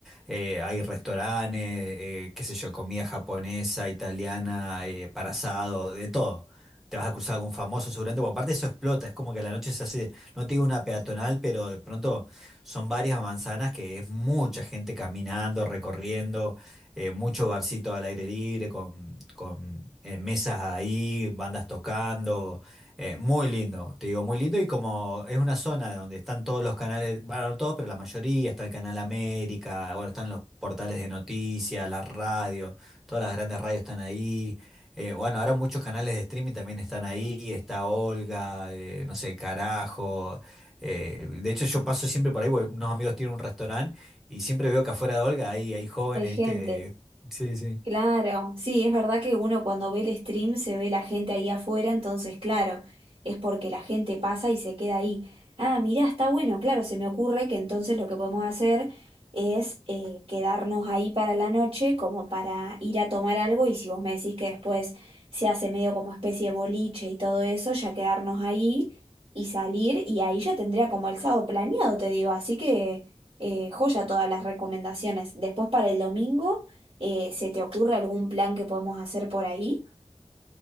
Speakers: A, in the centre; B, on the right.
A: Eh, hay restaurantes, eh, qué sé yo, comida japonesa, italiana, eh, para asado, de todo. Te vas a cruzar algún famoso seguramente, porque aparte eso explota, es como que a la noche se hace, no te digo una peatonal, pero de pronto son varias manzanas que es mucha gente caminando, recorriendo eh, mucho barcito al aire libre, con, con eh, mesas ahí, bandas tocando, eh, muy lindo, te digo, muy lindo y como es una zona donde están todos los canales, bueno, no todos, pero la mayoría, está el Canal América, bueno, están los portales de noticias, las radios, todas las grandes radios están ahí. Eh, bueno, ahora muchos canales de streaming también están ahí, y está Olga, eh, no sé, Carajo. eh, de hecho, yo paso siempre por ahí, porque unos amigos tienen un restaurante y siempre veo que afuera de Olga hay, hay jóvenes,
B: Hay gente.
A: ¿viste? Sí, sí.
B: Claro, sí, es verdad que uno cuando ve el stream se ve la gente ahí afuera, entonces claro, es porque la gente pasa y se queda ahí. Ah, mirá, está bueno, claro, se me ocurre que entonces lo que podemos hacer es eh, quedarnos ahí para la noche como para ir a tomar algo y si vos me decís que después se hace medio como especie de boliche y todo eso, ya quedarnos ahí y salir y ahí ya tendría como el sábado planeado, te digo, así que eh, joya todas las recomendaciones. Después para el domingo. Eh, ¿se te ocurre algún plan que podemos hacer por ahí?